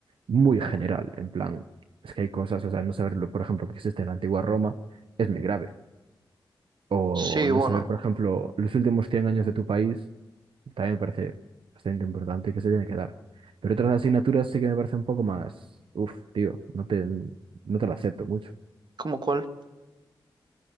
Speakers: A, on the right; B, on the right.
A: muy general. En plan, es que hay cosas, o sea, no saberlo, por ejemplo, que existe en la antigua Roma es muy grave. O
B: Sí,
A: no
B: bueno,
A: saber, por ejemplo, los últimos 100 años de tu país también me parece bastante importante y que se tiene que dar. Pero otras asignaturas sí que me parece un poco más, uff, tío, no te, no te lo acepto mucho.
B: ¿como cuál?